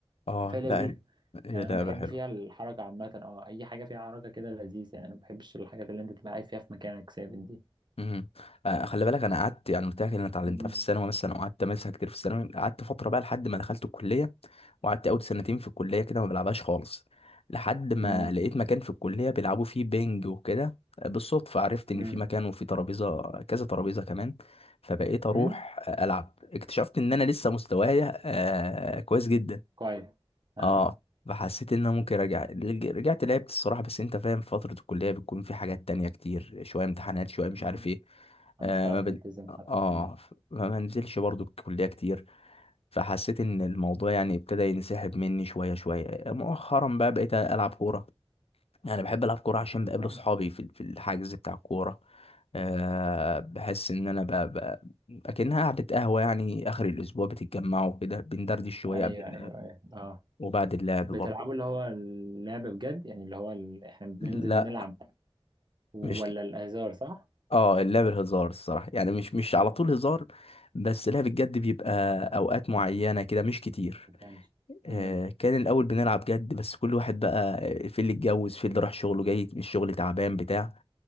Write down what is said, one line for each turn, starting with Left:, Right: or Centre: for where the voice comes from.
Left: اه
Right: فلذيذة
Left: لا هي
Right: يعني
Left: لعبة
Right: انا بحب
Left: حلوة
Right: فيها الحركة عامة اه اي حاجة فيها حركة كده لذيذ يعني انا ما بحبش الحاجات اللي انت تبقى قاعد فيها في مكانك ثابت دي
Left: مهم. آه، خلي بالك انا قعدت يعني قلت لك ان انا اتعلمتها
Right: مم.
Left: في الثانوي مثلا وقعدت امارسها كتير في الثانوي قعدت فتره بقى لحد ما دخلت الكليه وقعدت اول سنتين في الكليه كده ما بلعبهاش خالص لحد ما
Right: مم.
Left: لقيت مكان في الكليه بيلعبوا فيه بينج وكده آه، بالصدفه عرفت ان
Right: مم.
Left: في مكان وفي ترابيزه كذا ترابيزه كمان فبقيت اروح
Right: مم.
Left: آه، العب اكتشفت ان انا لسه مستوايا آه، كويس جدا
Right: كويس اه
Left: اه فحسيت ان انا ممكن ارجع لج- رجعت لعبت الصراحه بس انت فاهم فتره الكليه بتكون في حاجات تانية كتير شويه امتحانات شويه مش
Right: مم.
Left: عارف ايه
Right: مش
Left: آه
Right: هتعرف
Left: ما بن...
Right: تلتزم حتى
Left: اه
Right: كمان
Left: ف- ما بنزلش برضو الكليه كتير فحسيت ان الموضوع يعني ابتدى ينسحب مني شويه شويه مؤخرا بقى بقيت العب كوره انا بحب العب كوره عشان بقابل
Right: مم.
Left: اصحابي في في الحجز بتاع الكوره أه بحس ان انا ب... ب... اكنها قعده قهوه يعني اخر الاسبوع بتتجمعوا كده بندردش شويه
Right: ايوه
Left: قبل اللعب
Right: ايوه ايوه اه
Left: وبعد اللعب
Right: بتلعبوا
Left: برضه
Right: اللي هو اللعب بجد يعني اللي هو ال... احنا بننزل
Left: لا
Right: نلعب ولا
Left: مش
Right: الهزار صح؟
Left: اه اللعبة هزار الصراحة يعني مش مش على طول هزار بس لعب الجد بيبقى اوقات معينة كده مش كتير
Right: ما كانش.
Left: آه
Right: مم.
Left: كان الاول بنلعب جد بس كل واحد بقى في اللي اتجوز في اللي راح شغله جاي من الشغل تعبان بتاع